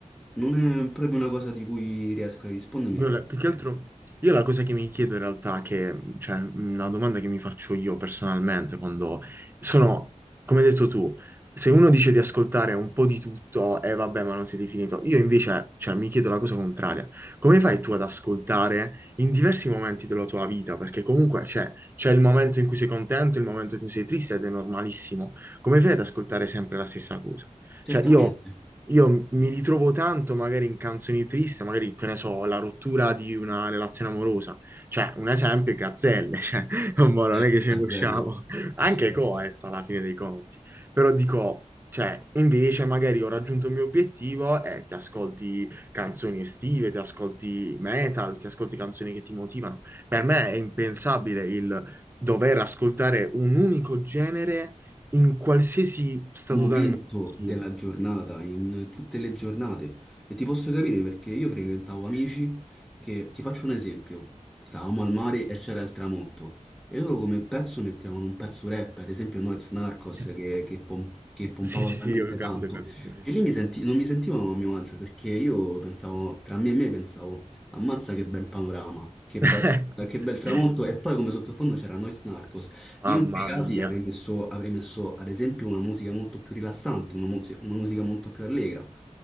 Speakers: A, in the centre; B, on the right.
A: Non è proprio una cosa di cui riesco a rispondermi
B: Guarda,
A: perché
B: più che altro, io la cosa che mi chiedo in realtà, che, cioè, una domanda che mi faccio io personalmente, quando sono, come hai detto tu, se uno dice di ascoltare un po' di tutto e vabbè, ma non siete finito, io invece, cioè, mi chiedo la cosa contraria. Come fai tu ad ascoltare in diversi momenti della tua vita? Perché comunque c'è c'è il momento in cui sei contento, il momento in cui sei triste ed è normalissimo. Come fai ad ascoltare sempre la stessa cosa?
A: certamente
B: Cioè, io io mi ritrovo tanto magari in canzoni tristi, magari, che ne so, la rottura di una relazione amorosa. Cioè, un esempio è Gazzelle, <laughs> cioè, mo non
A: c'è
B: è che ce
A: Gazzelle,
B: ne usciamo.
A: perfetto.
B: Anche Coez alla fine dei conti. Però dico, cioè, invece magari ho raggiunto il mio obiettivo e ti ascolti canzoni estive, ti ascolti metal, ti ascolti canzoni che ti motivano. Per me è impensabile il dover ascoltare un unico genere in qualsiasi stato
A: momento
B: d'animo. sia.
A: della giornata, in tutte le giornate. E ti posso capire perché io frequentavo amici che, ti faccio un esempio, stavamo al mare e c'era il tramonto. E loro come pezzo mettevano un pezzo rap, ad esempio Noyz Narcos
B: Cioè,
A: che, che pom- che pompava
B: Sì, sì,
A: veramente
B: sì, ho capito,
A: tanto.
B: ho capito. ho capito.
A: E lì mi senti- non mi sentivano a mio agio perché io pensavo, tra me e me pensavo, ammazza che bel panorama, che bel,
B: <laughs>
A: che bel tramonto. E poi come sottofondo c'era Noyz Narcos.
B: Mamma
A: Io in quei casi
B: mia.
A: avrei messo, avrei messo ad esempio una musica molto più rilassante, una, muse- una musica molto più allegra.